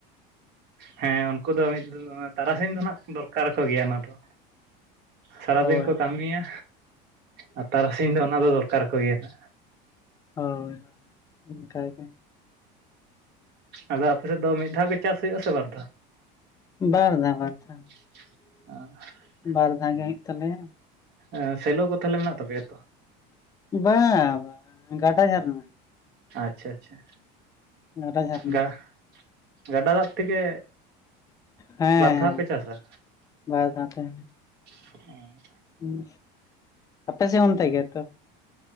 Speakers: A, on the right; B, on the left.
A: ᱦᱮᱸ ᱩᱱᱠᱩ ᱫᱚ ᱢᱤᱫ ᱛᱟᱨᱟᱥᱤᱧ ᱫᱚ ᱦᱟᱜ ᱫᱚᱨᱠᱟᱨ ᱠᱚ ᱜᱮᱭᱟ ᱚᱱᱟ ᱫᱚ᱾ ᱥᱟᱨᱟᱫᱤᱱ
B: ᱦᱳᱭ
A: ᱠᱚ ᱠᱟᱹᱢᱤᱭᱟ ᱟᱨ ᱛᱟᱨᱟᱥᱤᱧ ᱫᱚ ᱚᱱᱟ ᱫᱚ ᱫᱚᱨᱠᱟᱨ ᱟᱠᱚ ᱜᱮᱭᱟ ᱦᱟᱜ᱾
B: ᱦᱳᱭ ᱚᱱᱠᱟᱜᱮ,
A: ᱟᱫᱚ ᱟᱯᱮ ᱥᱮᱫ ᱫᱚ ᱢᱤᱫ ᱫᱷᱟᱣ ᱯᱮ ᱪᱟᱥ ᱦᱩᱭᱩᱜᱼᱟ ᱥᱮ ᱵᱟᱨ ᱫᱷᱟᱣ?
B: ᱵᱟᱨ ᱫᱟ ᱵᱟᱨ ᱫᱷᱟᱣ᱾
A: <unintelligible>
B: ᱵᱟᱨ ᱫᱷᱟᱣ ᱜᱮ ᱦᱩᱭᱩᱜ ᱛᱟᱞᱮᱭᱟ᱾
A: ᱮᱸ ᱥᱮᱞᱳ ᱠᱚ ᱛᱟᱦᱚᱞᱮ ᱢᱮᱱᱟᱜ ᱛᱟᱯᱮᱭᱟ ᱛᱚ?
B: ᱵᱟ ᱵᱟ ᱜᱟᱰᱟ ᱡᱷᱟᱨᱱᱟ,
A: ᱟᱪᱪᱷᱟ ᱟᱪᱪᱷᱟ
B: ᱜᱟᱰᱟ ᱡᱷᱟᱨᱱᱟ
A: ᱜᱟ ᱜᱟᱰᱟ ᱫᱟᱜ ᱛᱮᱜᱮ
B: ᱦᱮᱸ ᱦᱮᱸ
A: ᱵᱟᱨ ᱫᱷᱟᱣ ᱯᱮ ᱪᱟᱥᱟ?
B: ᱵᱟᱨ ᱫᱷᱟᱣ ᱛᱮ,
A: <unintelligible>
B: ᱦᱩᱸ ᱟᱯᱮ ᱥᱮᱫ ᱚᱱᱛᱮ ᱜᱮᱛᱚ?